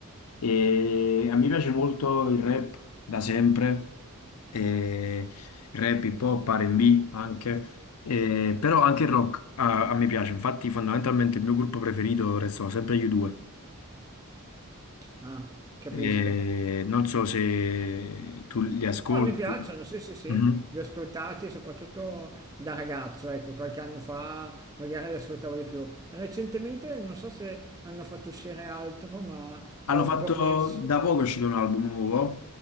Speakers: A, on the left; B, on the right.
A: e a me piace molto il rap da sempre, e il rap, hip hop, R&B anche, e- però anche il rock a, a me piace, infatti fondamentalmente il mio gruppo preferito restano sempre gli U2.
B: Ah, capisco.
A: E non so se tu li ascolti.
B: No, mi piacciono, sì, sì, sì,
A: Mhm.
B: li ho ascoltati soprattutto da ragazzo, ecco, qualche anno fa magari li ascoltavo di più. Recentemente non so se hanno fatto uscire altro, ma
A: Hanno
B: ho un
A: fatto
B: po' perso.
A: da poco è uscito un album nuovo,